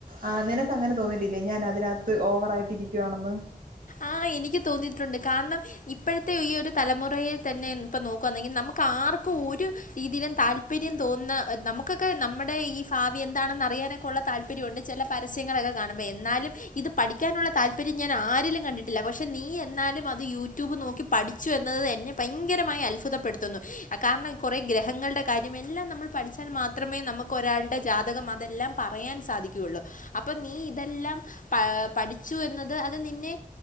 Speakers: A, on the right; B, on the left.
A: ആ നിനക്ക് അങ്ങനെ തോന്നിയിട്ടില്ലേ ഞാൻ അതിനകത്ത് ഓവറ ആായിട്ട് ഇരിക്കുകയാണെന്ന്
B: ആ എനിക്ക് തോന്നിയിട്ടുണ്ട് കാരണം ഇപ്പോഴത്തെ ഈ ഒരു തലമുറയിൽ തന്നെ ഇപ്പോൾ നോക്കുകയാന്നെങ്കിൽ നമുക്ക് ആർക്കും ഒരു രീതിയിലും താല്പര്യം തോന്നുന്ന നമുക്കൊക്കെ നമ്മുടെ ഈ ഭാവി എന്താണെന്ന് അറിയാനൊക്കെ ഉള്ള താല്പര്യമുണ്ട് ചില പരസ്യങ്ങളൊക്കെ കാണുമ്പോൾ എന്നാലും ഇത് പഠിക്കാനുള്ള താല്പര്യം ഞാൻ ആരിലും കണ്ടിട്ട പില്ല പക്ഷെ നീ എന്നാലും അത് യൂട്യൂബ് നോക്കി പഠിച്ചു എന്നത് എന്നെ ഭയങ്കരമായി അത്ഭുതപ്പെടുത്തുന്നു കാരണം കുറെേ ഗ്രഹങ്ങളുടെ കാര്യം എല്ലാം നമ്മൾ പഠിച്ചാൽ മാത്രമേ നമുക്ക് ഒരാളുടെ ജാതകം അതെല്ലാം പറയാൻ സാധിക്കുകുള്ളൂ അപ്പം നീ ഇതെല്ലാം പ പഠിച്ചു എന്നത് അത് നിന്നെ